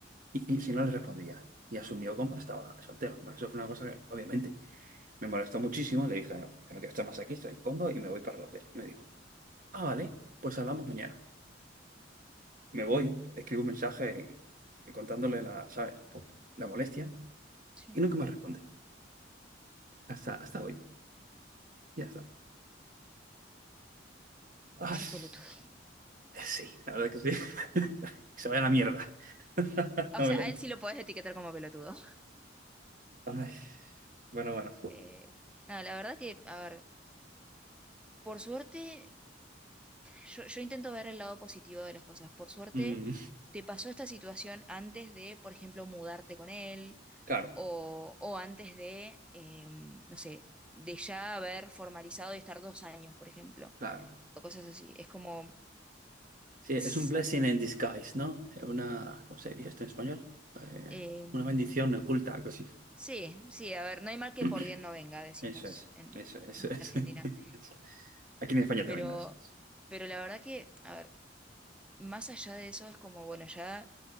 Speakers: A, on the right (about 45°); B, in the centre.
A: Y, y si no le respondía. Y asumió como que estaba soltero. Bueno, eso fue una cosa que obviamente me molestó muchísimo. Le dije, no, que no quiero estar más aquí, estoy incómodo y me voy para el hotel. Y me dijo, ah, vale, pues hablamos mañana. Me voy, le escribo un mensaje contándole la, ¿sabes? la molestia
B: Sí,
A: y nunca me responde. Hasta, hasta hoy. Ya está. Ah,
B: es
A: sí,
B: un pelotudo.
A: Sí, la verdad que sí. <laughs> se vaya a la mierda. <laughs>
B: O
A: No
B: sea,
A: me lo-
B: a él sí lo podés etiquetar como pelotudo. <laughs>
A: Ay, bueno, bueno.
B: Eh, no, la verdad que, a ver, por suerte, yo, yo intento ver el lado positivo de las cosas. Por suerte,
A: Mm,
B: te pasó esta situación antes de, por ejemplo, mudarte con él
A: claro,
B: o, o antes de, em, no sé, de ya haber formalizado y estar dos años, por ejemplo,
A: claro.
B: o cosas así. Es como...
A: Sí,
B: s-
A: es un blessing in disguise, ¿no? Es Una, ¿cómo se diría esto en español? Eh,
B: em,
A: una bendición oculta, algo así.
B: Sí, sí, a ver, no hay mal que
A: <clears throat>
B: por bien no venga, decimos
A: Eso es,
B: en,
A: eso es,
B: en
A: eso es.
B: Argentina.
A: <laughs> Eso. Aquí en España
B: Pero,
A: también lo hacemos.
B: pero la verdad que, a ver, más allá de eso es como, bueno, ya